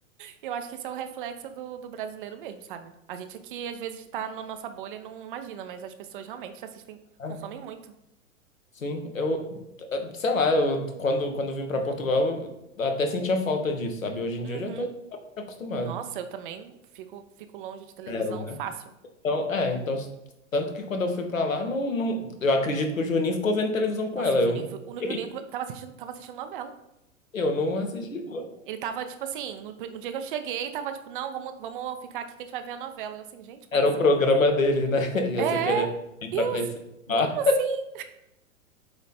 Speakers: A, on the right (about 40°); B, on the left (about 70°).
A: Eu acho que isso é o reflexo do, do brasileiro mesmo, sabe? A gente aqui, às vezes, tá na nossa bolha e não imagina, mas as pessoas realmente assistem,
B: Sabe?
A: consomem muito.
B: Sim, eu, eh, sei lá, eu, quando, quando eu vim pra Portugal, eu até sentia falta disso, sabe? Hoje em dia
A: Uhum.
B: eu já tô acostumado.
A: Nossa, eu também fico, fico longe de televisão
B: Zero, né?
A: fácil.
B: Então, é, então, s- tanto que quando eu fui pra lá, não, não, eu acredito que o Juninho ficou vendo televisão com
A: Nossa,
B: ela.
A: o Juninho,
B: Eu não,
A: o Juninho
B: <laughs>
A: come- tava assistindo, tava assistindo novela.
B: eu não assisti. não.
A: Ele tava, tipo assim, no, no dia que eu cheguei, tava tipo, não, vamos, vamos ficar aqui que a gente vai ver a novela. Eu assim, gente, como
B: Era
A: assim?
B: o programa dele, né? <laughs> E
A: É,
B: você querendo ir
A: eu,
B: pra conhecer.
A: assim,
B: Ah,
A: como assim?